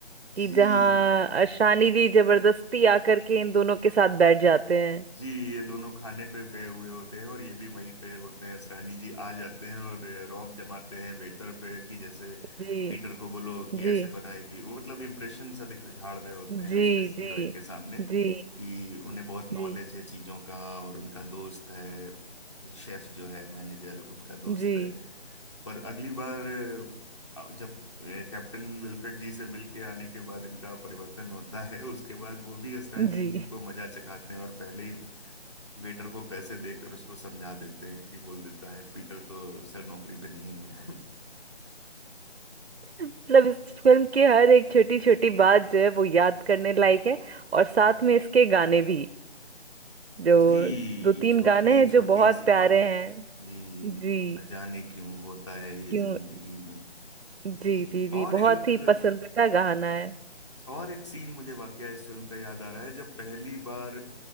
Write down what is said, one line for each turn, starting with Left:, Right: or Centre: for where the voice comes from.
Left: <laughs>
Right: कि
Left: जी
Right: जहाँ अ, शानी जी जबरदस्ती आकर के इन दोनों के साथ बैठ जाते हैं
Left: जी ये दोनों खाने पे गए हुए होते हैं और ये भी वहीं पे होते हैं असरानी जी आ जाते हैं और अ, रौब जमाते हैं वेटर पे कि जैसे
Right: जी
Left: पीटर को बोलो कि
Right: जी
Left: ऐसे बनाएगी वो मतलब इम्प्रेशन सा दिख झाड़ रहे होते हैं
Right: जी
Left: उसके
Right: जी
Left: हीरोइन के सामने कि
Right: जी
Left: उन्हें बहुत नॉलेज
Right: जी
Left: है चीजों का और उनका दोस्त है कि शेफ जो है मैनेजर उनका दोस्त
Right: जी
Left: है पर अगली बार अ, जब अ, कैप्टन विल्फ्रेड जी से मिलके आने के बाद इनका परिवर्तन होता है उसके बाद वो भी असरानी
Right: जी
Left: जी को मजा चखाते हैं और पहले ही वेटर को पैसे देकर उसको समझा देते हैं कि बोल देता है पीटर तो सर नौकरी पे नहीं है
Right: मतलब इस फिल्म की हर एक छोटी छोटी बात जो है वो याद करने लायक है और साथ में इसके गाने भी जो
Left: <laughs> जी
Right: दो तीन
Left: छोटी
Right: गाने हैं
Left: छोटी
Right: जो बहुत
Left: सी
Right: प्यारे
Left: बात
Right: हैं
Left: जी
Right: जी
Left: न जाने क्यों होता है ये
Right: क्यों
Left: जिंदगी में
Right: जी
Left: जी
Right: जी जी
Left: और
Right: बहुत
Left: एक
Right: ही पसंदीदा गाना है
Left: और एक सीन मुझे वाकया इस फिल्म का याद आ रहा है जब पहली बार